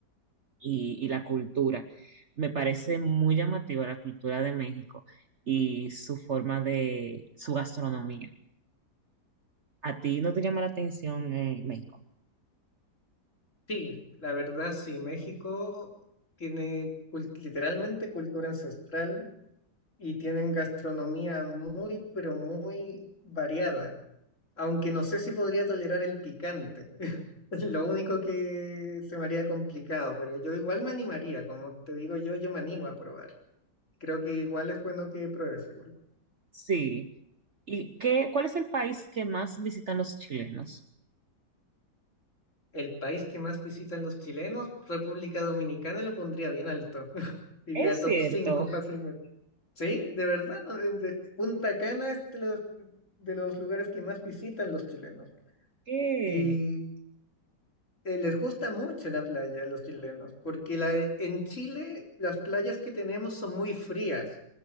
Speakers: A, on the right; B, on the left.
A: y, y la cultura, me parece muy llamativa la cultura de México y su forma de, su gastronomía. ¿A ti no te llama la atención, eh, México?
B: Sí, la verdad sí, México tiene cult- literalmente cultura ancestral y tienen gastronomía muy, pero muy variada, aunque no sé si podría tolerar el picante. <laughs> Es Lo único que se me haría complicado, pero yo igual me animaría, como te digo yo, yo me animo a probar. Creo que igual es bueno que pruebes igual.
A: Sí. ¿Y qué, cuál es el país que más visitan los chilenos?
B: El país que más visitan los chilenos, República Dominicana, lo pondría bien alto. <laughs> Diría
A: Es
B: top
A: cierto
B: 5 fácilmente. Sí, de verdad, ¿no? En- de- Punta Cana es de los, de los lugares que más visitan los chilenos.
A: que,
B: Y eh, les gusta mucho la playa a los chilenos, porque la, en Chile las playas que tenemos son muy frías.